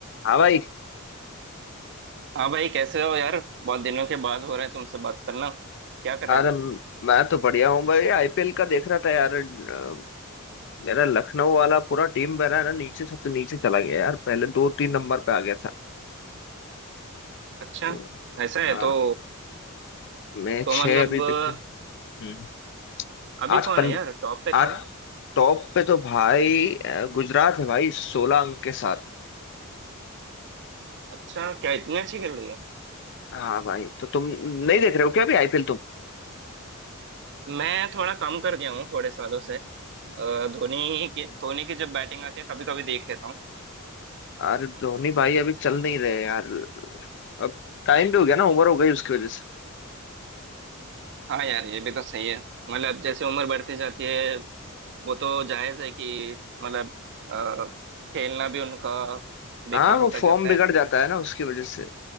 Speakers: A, on the left; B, on the right.
A: हाँ भाई
B: हाँ भाई कैसे हो यार बहुत दिनों के बाद हो रहा है तुमसे बात करना क्या कर
A: अरे
B: रहे थे
A: मैं तो बढ़िया हूँ भाई आईपीएल का देख रहा था यार अ, मेरा लखनऊ वाला पूरा टीम मेरा है ना नीचे सबसे नीचे चला गया यार पहले दो तीन नंबर पे आ गया था
B: अच्छा
A: तो
B: ऐसा है
A: हाँ
B: तो
A: मैं
B: तो
A: छह
B: मतलब
A: अभी
B: अ,
A: तक थे हम्म
B: अभी
A: आज
B: कौन
A: पन
B: है यार टॉप पे कौन
A: आज
B: है
A: टॉप पे तो भाई अ, गुजरात है भाई सोलह अंक के साथ
B: अच्छा क्या इतनी अच्छी खेल रही है
A: हाँ भाई तो तुम नहीं देख रहे हो क्या अभी आईपीएल तुम
B: मैं थोड़ा कम कर गया हूँ थोड़े सालों से अ, धोनी की धोनी की जब बैटिंग आती है कभी कभी देख लेता हूँ
A: अरे धोनी भाई अभी चल नहीं रहे यार अब टाइम भी हो गया ना उम्र हो गई उसकी वजह से
B: हाँ यार ये भी तो सही है मतलब जैसे उम्र बढ़ती जाती है वो तो जायज है कि मतलब अ, खेलना भी उनका बेकार
A: हाँ वो
B: होता
A: फॉर्म
B: जाता
A: बिगड़
B: है
A: जाता है ना उसकी वजह से